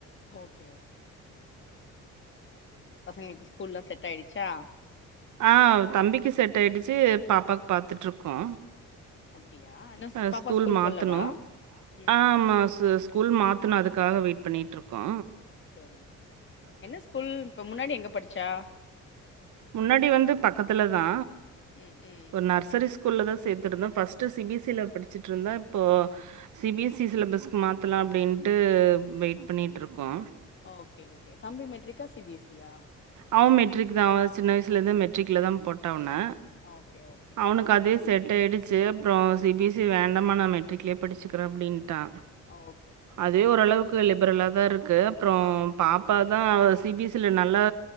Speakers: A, on the left (about 40°); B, on the right (about 75°).
A: okay okay பசங்ளுக்கு ஸ்கூல்லா செட் ஆய்டிச்சா
B: ஆ தம்பிக்கு செட் ஆய்டுச்சு பாப்பாக் பாத்துட்ருக்கோ
A: அப்டியா இன்னு ஸ்
B: அ
A: பாப்பா
B: ஸ்கூல் மாத்தணு
A: போலவா ம்
B: ஆ ஆமா சூஸ் ஸ்கூல் மாத்தணு அதுக்காக வெயிட் பண்ணிட்ருக்கோ
A: செரி என்ன ஸ்கூல் இப்ப முன்னாடி எங்க படிச்சா
B: முன்னாடி வந்து பக்கத்துல தா
A: ம் ம்
B: ஒரு நர்சரி ஸ் கூல்ல தா சேத்துருந்தோ first C B S C ல படிச்சுட்ருந்தா இப்போ சி பி எஸ் சி சிலபஸ்க்கு மாத்தலா அப்டின்ட்டு வெயிட் பண்ணிட்டுருக்கோ
A: ஓகே ஓகே தம்பி மெட்ரிக்கா சி பி எஸ் சியா
B: அவ மெட்ரிக் தா அவ சின்ன வயசுலேருந்தே மெட்ரிக்ல தா போட்ட அவன
A: ஓகே ஓ
B: அவுனுக் கதே செட் ஆடிச்சு அப்றோ சி பி எஸ் சி வேண்டாமா நா மெட்ரிக்லயே படிச்சுக்கிற அப்டின்ட்டா
A: ஓகே
B: அதே
A: ம்
B: ஓரளவுக்கு
A: ம்
B: லிப்ரலா தா இருக்கு அப்றோ
A: ஆமா
B: பாப் பாதா சி பி எஸ் சி ல நல்லா